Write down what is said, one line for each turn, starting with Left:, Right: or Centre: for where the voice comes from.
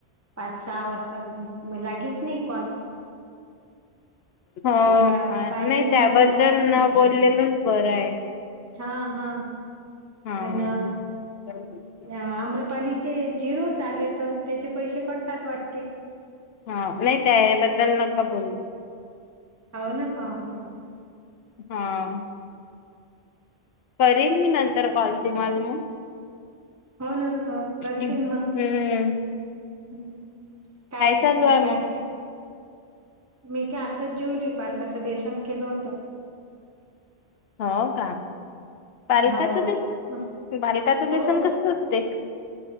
Right: पाच सहा वाजता मग लागेच नाही कॉल.
Left: हो
Right: आणि बा
Left: का?
Right: बालीन
Left: नाही त्याबद्दल न बोललेलंच बरं आहे.
Right: हा हा.
Left: हम्म.
Right: आणि
Left: <unintelligible>
Right: आम्रपालीचे जिरो झालेत त्याचे पैसे कटतात वाटते.
Left: हा नाही त्याबद्दल नका बोलू.
Right: हो ना. हो हो हो.
Left: हा. करेन मी नंतर कॉल तुम्हाला मग.
Right: हो ना हो करशील
Left: हम्म
Right: मग. हम्म. काय
Left: चालू आहे मग
Right: <unintelligible> मी काय आताच जेवली पालकाचं बेसन केलं होतं.
Left: हो का? पालकाचं
Right: हो
Left: बेसन,
Right: मस्त
Left: पालकाचं बेसन
Right: हो
Left: कसं असते?